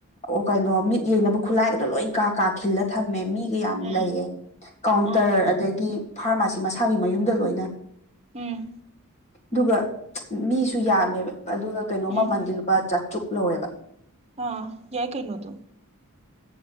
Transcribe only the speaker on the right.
ꯑꯥ
ꯑꯥ
ꯎꯝ
ꯎꯝ
ꯑꯥ ꯌꯥꯏ ꯀꯩꯅꯣ ꯑꯗꯨꯝ